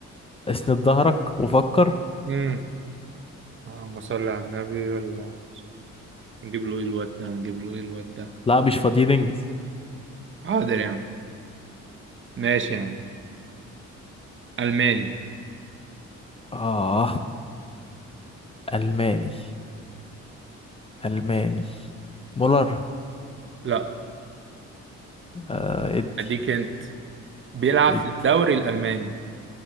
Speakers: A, on the left; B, on the right.
A: اسند ظهرك وفكر
B: امم اللهم صل على النبي اللهم نجيب له ايه الواد ده نجيب له ايه الواد ده
A: لا مش فاضيين انجز
B: حاضر يا عم ماشي يا عم الماني
A: اه الماني الماني مولر
B: لا
A: آه ادي
B: اديك انت بيلعب
A: ادي
B: في الدوري الالماني